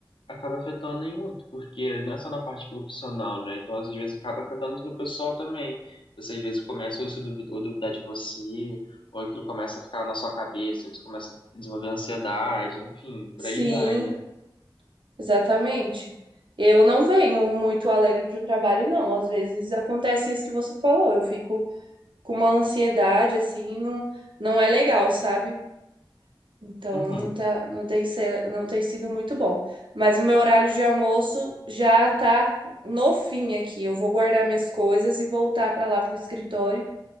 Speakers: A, on the left (about 80°); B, on the right (about 75°).
A: acaba afetando em muito, porque não é só na parte profissional, né? Então, às vezes, acaba afetando no pessoal também. Você, às vezes, começa a se duvidar, ou duvidar de você, ou aquilo começa a ficar na sua cabeça, você começa a desenvolver ansiedade, enfim, por
B: Sim.
A: aí vai, né?
B: Exatamente. Eu não venho muito alegre para o trabalho, não. Às vezes acontece isso que você falou. Eu fico com uma ansiedade, assim, não, não é legal, sabe? Então
A: Uhum,
B: não tá, não tem, se- não tem sido muito bom. Mas o meu horário de almoço já tá no fim aqui. Eu vou guardar minhas coisas e voltar para lá pro escritório.